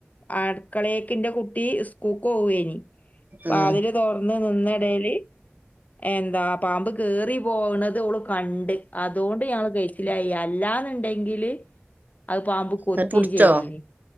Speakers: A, on the left; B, on the right.
A: അടുക്കളേക്കിന്റെ കുട്ടി സ്കൂക്ക് പോവേനി
B: ഉം
A: അതില് റ നിന്നടൽ എന്താ പാമ്പ് കേറി പോകണത് ഓള് ക കണ്ട് അതുകൊണ്ട് ഞങ്ങള് കഴസിലായി അല്ലാന്നുണ്ടെങ്കില് അത് പാമ്പ് കൊത്തിയും
B: അത് പുടിച്ചോ
A: ചെയ്തന്